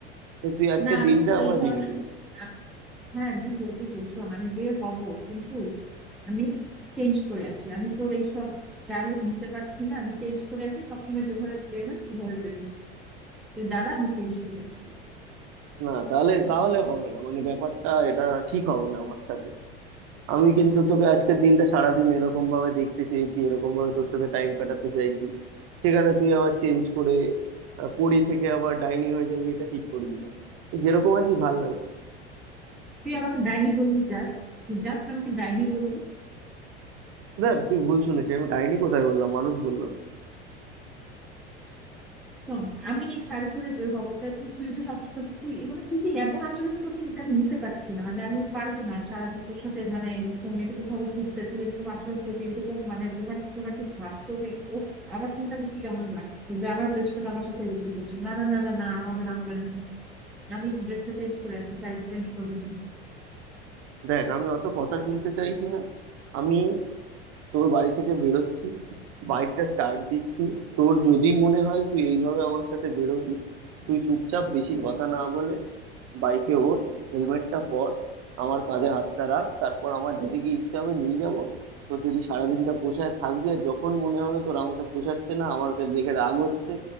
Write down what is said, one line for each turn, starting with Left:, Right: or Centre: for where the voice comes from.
Right: তো তুই আজকে
Centre: না আমি
Right: দিনটা
Centre: তোর
Right: আমায়
Centre: এই ধরনের
Right: দিবি কিনা
Centre: আমি- হ্যাঁ দিব দিব শোন আমি বিয়ে হব কিন্তু আমি চেঞ্জ করে আসি আমি তোর এইসব ডায়লগ নিতে পারছি না আমি চেঞ্জ করে আসি সবসময় যেভাবে বের হয় সেভাবে বের হয় যে দাঁড়া আমি চেঞ্জ করে আসি
Right: না তাহলে তাহলে হবে না মানে ব্যাপারটা এটা ঠিক হবে না আমার সাথে আমি কিন্তু তোকে আজকের দিনটা সারাদিন এরকম ভাবে দেখতে চেয়েছি এরকম ভাবে তোর সাথে টাইম কাটাতে চাইছি সেখানে তুই আবার চেঞ্জ করে আহ, পরী থেকে আবার ডাইনি হয়ে যাবি এটা ঠিক করবি না তো যেরকম আছি ভাল লাগছে
Centre: তুই আমাকে ডাইনি বললি জাস্ট তুই জাস্ট আমাকে ডাইনি বললি
Right: দেখ তুই ভুল শুনেছিস আমি ডাইনি কোথায় বললাম মানুষ বললাম
Centre: শোন আমি এই শাড়ি করে বের হবো তারপর তুই তুই যে সব তো তুই মানে তুই যে এমন আচরণ করছিস যেটা আমি নিতে পারছি না মানে আমি পারবো না সারাদিন তোর সাথে মানে এরকম এরকম ভাবে ঘুরতে তুই এরকম আচরণ করবি এরকম মানে রোমান্টিক রোমান্টিক ভাব করবি ও আমার চিন্তা করতে কেমন লাগছে যে আমার বেস্ট ফ্রেন্ড আমার সাথে এরকম করছে না না না না না হবে না হবে না আমি ড্রেসটা চেঞ্জ করে আসছি শাড়িটা চেঞ্জ করে আসছি
Right: দেখ আমি অত কথা শুনতে চাইছি না আমি তোর বাড়ি থেকে বেরোচ্ছি বাইকটা স্টার্ট দিচ্ছি তোর যদি মনে হয় তুই এইভাবে আমার সাথে বেরোবি তুই চুপচাপ বেশি কথা না বলে বাইকে ওঠ হেলমেটটা পর আমার কাঁধে হাতটা রাখ তারপর আমার যেদিকে ইচ্ছা হবে নিয়ে যাব তোর যদি সারাদিনটা পোষায় থাকবি আর যখন মনে হবে তোর আমাকে পোষাচ্ছে না আমাকে দেখে রাগ হচ্ছে